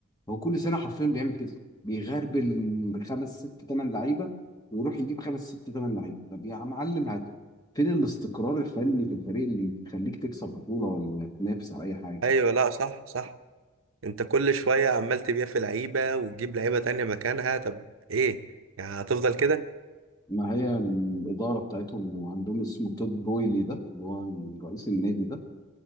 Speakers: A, on the left; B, on the right.
A: هو كل سنه حرفيا بيعمل كده بيغربل خمس ست ثمان لعيبه ويروح يجيب خمس ست ثمان لعيبه طب يا معلم هات فين الاستقرار الفني في الفريق اللي يخليك تكسب بطوله ولا تنافس على اي حاجه
B: أيوة لا صح صح أنت كل شوية عمال تبيع في لعيبة وتجيب لعيبة تانية مكانها طب إيه يعني هتفضل كده؟
A: ما هي الاداره بتاعتهم وعندهم اسمه تود بويلي ده اللي هو رئيس النادي ده